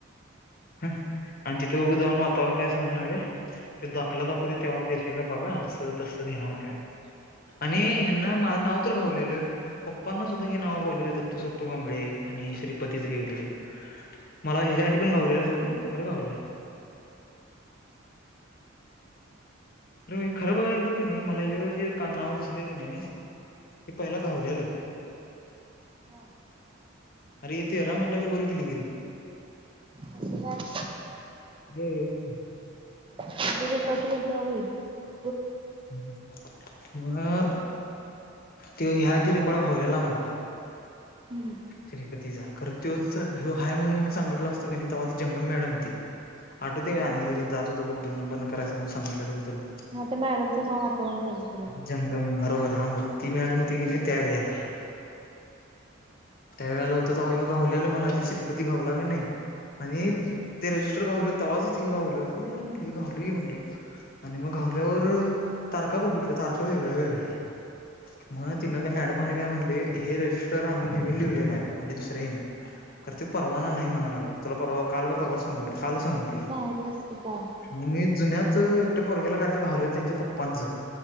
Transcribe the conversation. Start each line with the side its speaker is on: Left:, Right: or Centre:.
Left: हा <unintelligible> आणि तिथे उग जाऊन वातावरण काय सांगून आले. ते दाखला दाखवते, तेव्हा देते का बघा असं, तसं, ह का <unintelligible> आणि ह्यांना माझं नाव तर गावलेलं, पप्पांना सुद्धा हे नाव गावलेलं दत्तू, सत्तू, कांबळे. आणि श्रीपतीच हे, मला ह्याच्या आधी पण गावले एवढं, अरे गावले अर खरं बघा येईल तर की नाही, मला हि ज नाव दिसले की नाही! हे पहिला घावलेलं आहे.
Right: हम <unintelligible>
Left: अरे ये तेरा मिनटाच्या वर गेले गिरी
Right: कसं काय
Left: हम् <unintelligible>
Right: तु कठीण तर होईल <unintelligible>
Left: हम्म <inaudible> म ते ह्या आधी रेकॉर्ड घावलेला मला.
Right: हम्म
Left: श्रीपतीचा खर त्योच ह्यो हाय, म्हणून मी सांगितल असत की नाय, तेव्हा ती जंगम मॅडम होती. आठू दे
Right: हम्म
Left: अ आणिकदा गे जातो तो बघोनं बंद करायंण सांगितलेलं तुला
Right: हा ते मॅडमचं नाव, आठवण झालत तुला
Left: जंगम बरोबर हा मग ती मॅडम होती की नाही, त्या वेळेला! त्या वेळेला होत, तेव्हा यो घावलेल मला, श्रीपती घाऊला की नाही. आणि
Right: हम्म
Left: ते रजिस्टर गावलं तवा, चच हे गावलं, अरे म्हण गावल म्हणलं आणि मग! आल्यावर तारका बघितल्या, तारका वेगळ्या वेगळ्या म
Right: हम्म
Left: तिनं काय मॅडमने काय म्हणले,, हे रजिस्टर आन नवीन लिवलेला आहे. म्हणजे दुसऱ्या ये ते परवाना नाही म्हणायला लागले, तुला काल का परवा सागितलं. काल सांगितलीी
Right: सांगितलंस की काल
Left: <unintelligible> जुन्यात, एकट्या पोरग्याला कायतरी घावलेलं, त्यांच्या पप्पांचं